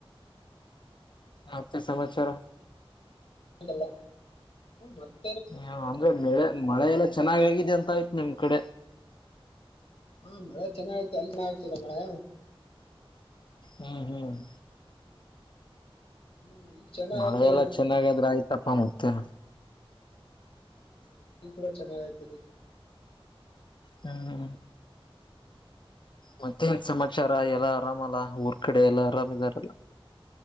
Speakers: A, on the left; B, on the left.
A: ಮತ್ತೆ ಸಮಾಚಾರ
B: ಏನಿಲ್ಲ ಮತ್ತೆ
A: ಹ ಅಂದ್ರೆ ಬೆಳೆ ಮಳೆ ಎಲ್ಲಾ ಚೆನ್ನಾಗ್ ಆಗಿದೆ ಅಂತ ಆಯತು ನಿಮ್ ಕಡೆ
B: ಹಾ ಮಳೆ ಚೆನ್ನಾಗತಿ ಅಲ್ ಚಗ ಆಗ್ತಿದೆ ಮಳೆ
A: ಹ್ಮ್ ಹ್ಮ್
B: ಹ್ಮ್ ಇಲ್ಲಿ ಚೆನ್ನಾಗ್
A: ಮಳವೆ
B: ಆಗ್ತಿದೆ
A: ಎಲ್ಲ ಚೆನ್ನಾಗಾದ್ರೆ ಆಯ್ತಪ್ಪ ಮತ್ತೆ
B: ಹ್ಮ್ ಇ ಕೂಡ ಚೆನ್ನಾಗಯ್ತದೆ
A: ಹ್ಮ ಮತ್ತೆ ಸಮಾಚಾರ ಎಲ್ಲಾ ಆರಾಮಲ್ಲ ಊರ್ ಕಡೆ ಎಲ್ಲಾ ಆರಾಮ ಇದಿದಾರಲ್ಲ <inaudible>